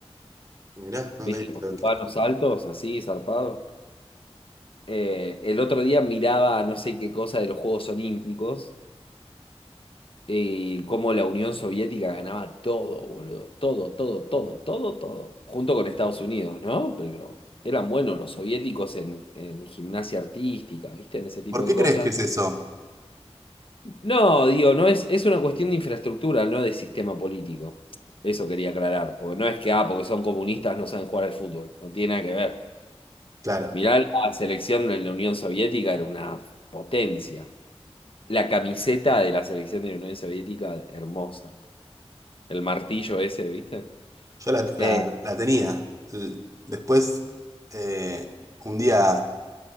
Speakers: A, on the right; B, on the left.
A: mirá, no
B: ¿Viste?
A: tenía este
B: Los cubanos
A: otro.
B: altos, así, zarpados. Eh, el otro día miraba no sé qué cosa de los Juegos Olímpicos Y cómo la Unión Soviética ganaba todo, boludo. Todo, todo, todo, todo, todo. Junto con Estados Unidos, ¿no? Pero eran buenos los soviéticos en, en gimnasia artística, ¿viste? En ese tipo
A: ¿Por qué
B: de cosas.
A: crees que es eso?
B: No, digo, no es, es una cuestión de infraestructura, no de sistema político. Eso quería aclarar, porque no es que, ah, porque son comunistas no saben jugar al fútbol. No tiene nada que ver.
A: Claro.
B: Mirá, la selección de la Unión Soviética era una potencia. La camiseta de la selección de la Unión Soviética, hermosa. El martillo ese, ¿viste?
A: Yo la,
B: Eh,
A: la- la tenía. L- Después, eh, un día